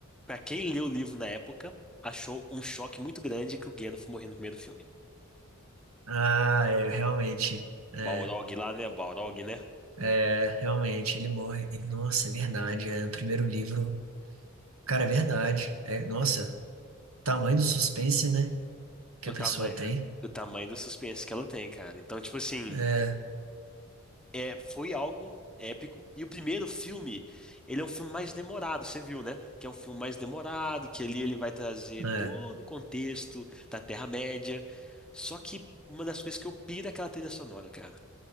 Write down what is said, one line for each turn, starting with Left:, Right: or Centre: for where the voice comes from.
Centre: para quem leu o livro na época, achou um choque muito grande que o Gandalf morreu no primeiro filme.
Right: Ah, é, realmente, é,
Centre: Balrog lá, né? Balrog, né?
Right: é, realmente, ele morre. e, Nossa, é verdade, é, no primeiro livro, cara, é verdade. É, nossa, tamanho do suspense, né, que
Centre: O
Right: a pessoa
Centre: tamanho,
Right: tem.
Centre: o tamanho do suspense que ela tem, cara. Então, tipo assim,
Right: É,
Centre: é, foi algo épico. E o primeiro filme, ele é um filme mais demorado, você viu, né? Que é um filme mais demorado, que ali ele vai trazer
Right: é,
Centre: todo o contexto da Terra-média. Só que uma das coisas que eu piro é aquela trilha sonora, cara.